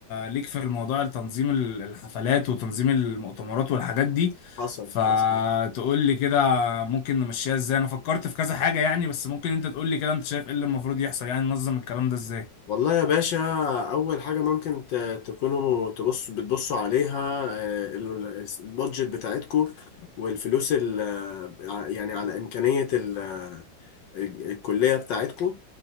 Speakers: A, on the left; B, on the left.
A: ليك في الموضوع تنظيم الحفلات وتنظيم المؤتمرات والحاجات دي
B: حصل
A: فتقول
B: حصل
A: لي كده ممكن نمشيها ازاي انا فكرت في كذا حاجة يعني بس ممكن انت تقول لي كده انت شايف ايه اللي المفروض يحصل يعني ننظم الكلام ده ازاي
B: والله يا باشا اول حاجة ممكن ت- تكونوا تبص بتبصوا عليها آه، ال- البادجت بتاعتكو والفلوس ال- آه، يعني على امكانية ال- آه، ال- الكلية بتاعتكو